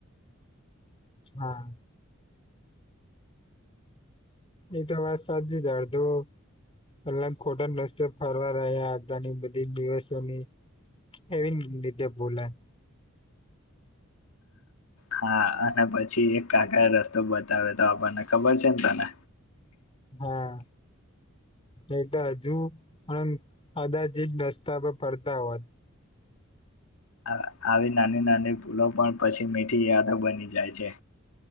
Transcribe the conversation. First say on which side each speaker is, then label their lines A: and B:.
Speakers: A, on the left (about 25°); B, on the left (about 85°).
A: હા. એ તો વાત સાચી જ અડધો પલા ખોટા રસ્તે ફરવા રહ્યા હતા ની બધી દિવસોની એવી રીધે બોલા
B: હા અને પછી એક કાકાએ રસ્તો બતાવ્યો તો આપણને ખબર છે ને તને.
A: હા. નઈ તો હજુ પણ કદાચ જ દસ્તા પર પડતા હોત.
B: આ આવી નાની નાની ભૂલો પણ પછી મીઠી યાદ બની જાય છે